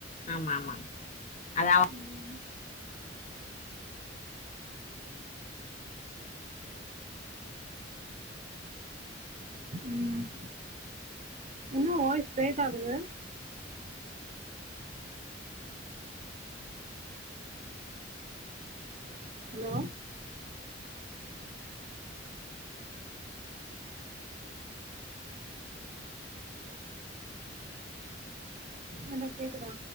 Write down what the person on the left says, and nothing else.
ஆமா ஆமா அது
அ